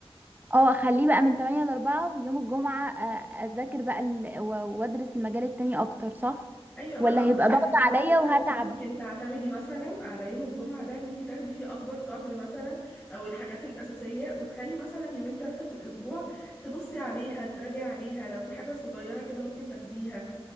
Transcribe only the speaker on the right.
اه اخليه بقى من 8 ل 4 يوم الجمعه آه، اذاكر بقى ال... و- وادرس المجال التاني اكتر صح
ولا
هيبقى
ضغط
عليا وهتعب